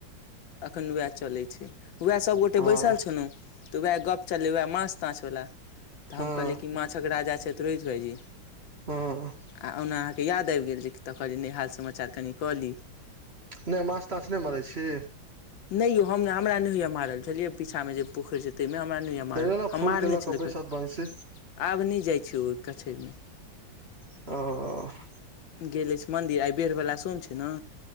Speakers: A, on the left; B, on the right.
A: एखन वैह चलैत छैय। वैह सभगोटे
B: हँ
A: बैसल छलहुँ तऽ वैह गप चललै वैह माछ ताछ वला। तऽ
B: हँ
A: हम कहलियै कि माछक राजा छैय तऽ रोहित भायजी।
B: हँ
A: आ ओना अहाँके याद आबि गेल जे तऽ कहलियै नहि हाल समाचार कनि कऽ ली।
B: नहि माछ ताछ नहि मारैत छी।
A: नहि यौ हम नै हमरा नै होईया मारल छलियै पीछा मे जे पोखरि छैय तहिमे हमरा नहि हो मारल
B: कहियो ने
A: हम
B: फूल
A: मारने
B: के लऽ कऽ
A: छलै एक
B: बैसत
A: बेर
B: बंसी
A: आब नहि जाइ छी ओहि कछैरमे।
B: ओ
A: गेल अछि मंन्दिर आइ बेर वला सोम छैय ने।